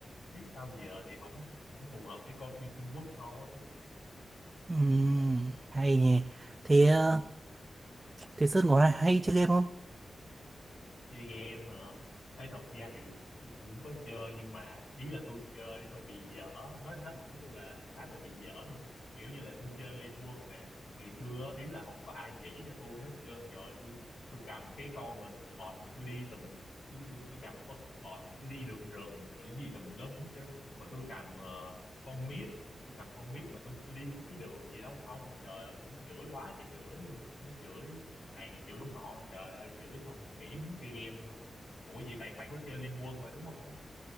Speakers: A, on the left; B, on the right.
A: biết sao giờ thì không không phù hợp để coi phim Trung Quốc thôi
B: Ừm, hay nhỉ.
A: ừ.
B: Thế ờ, thế Sơn có hay, hay chơi game không?
A: chơi game hả ấy thật ra thì tôi cũng có chơi nhưng mà ý là tôi chơi hơi bị dở nói nói thẳng luôn là khá là bị dở luôn kiểu như là tôi chơi Liên Quân nè ngày xưa ý là không có ai chỉ cho tôi hết trơn trời ơi tôi tôi cầm cái con ở support mà tôi đi tùm tôi tôi tôi cầm con support mà tôi đi đường rừng rồi cái gì tùm lum hết trơn rồi tôi cầm ờ, con mid tôi cầm con mid mà tôi tôi đi mấy cái đường gì đâu không mà trời ơi tôi nói chửi quá trời chửi luôn tôi nói chửi này chửi nọ trời ơi chửi xong rồi nghỉ muốn chơi game luôn ủa gì bạn bạn có chơi Liên Quân mà đúng không